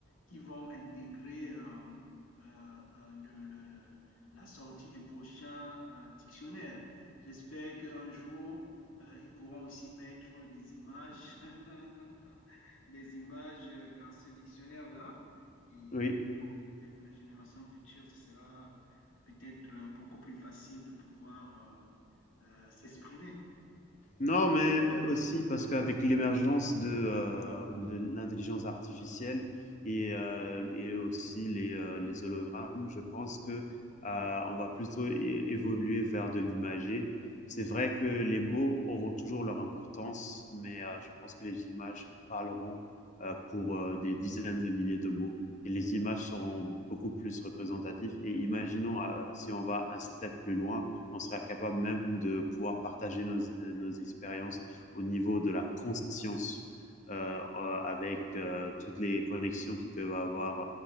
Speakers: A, on the left (about 80°); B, on the left (about 35°).
A: qui vont intégrer euh, euh, euh, le- le- le- la sortie du prochain euh, dictionnaire. J'espère qu'un jour, euh, ils pourront aussi mettre des images, <laughs> des images euh, dans ce dictionnaire-là. Et
B: Oui,
A: Peut-être pour les générations futures, ce sera peut-être euh, beaucoup plus facile de pouvoir euh, euh, s'exprimer.
B: Non, mais aussi parce qu'avec l'émergence de, euh, de l'intelligence artificielle et, euh, et aussi les, euh, les hologrammes, je pense que euh, on va plutôt é- évoluer vers de l'imagé. C'est vrai que les mots auront toujours leur importance, mais euh, je pense que les images parleront euh, pour euh, des dizaines de milliers de mots et les images seront beaucoup plus représentatives. Et imaginons euh, si on va un step plus loin on sera capable même de pouvoir partager nos, nos expériences au niveau de la conscience euh, euh, avec euh, toutes les connexions qu'ils peuvent avoir